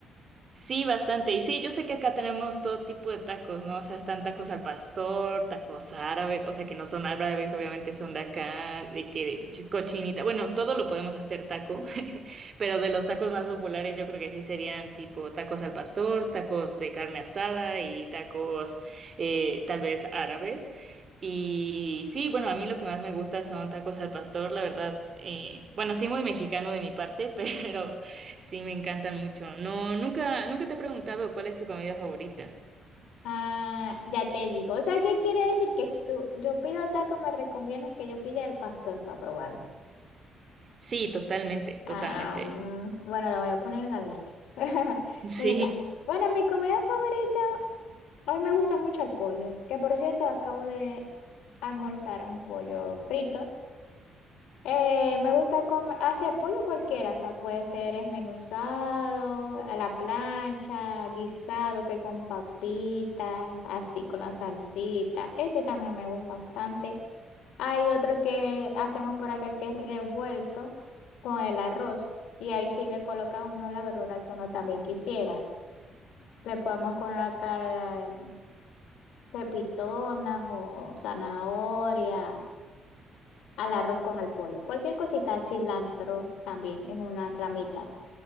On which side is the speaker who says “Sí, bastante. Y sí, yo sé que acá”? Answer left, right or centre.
Right